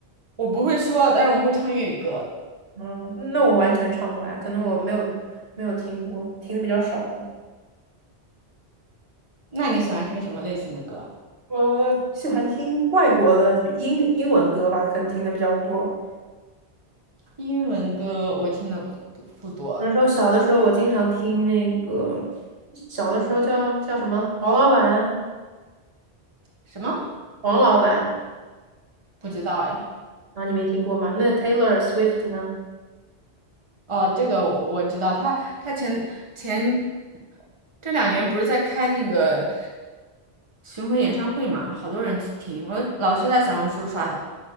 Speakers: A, on the right; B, on the right.
A: 我不会说，但是我会唱粤语歌。
B: 嗯，那我完全唱不来，可能我没有没有听过，听的比较少吧。
A: 那你喜欢听什么类型的歌？
B: 我喜欢听外国的比英英文歌吧，可能听的比较多。
A: 英文歌我听的不不不多，
B: 那时候小的时候，我经常听那个，小的时候叫叫什么黄老板，
A: 什么
B: 黄老板
A: 不知道哎。
B: 啊，你没听过吗？那 Taylor Swift 呢？
A: 哦，这个我我知道，他他前前这两年不是在开那个。巡回演唱会嘛，好多人去听，我老是在小红书刷到。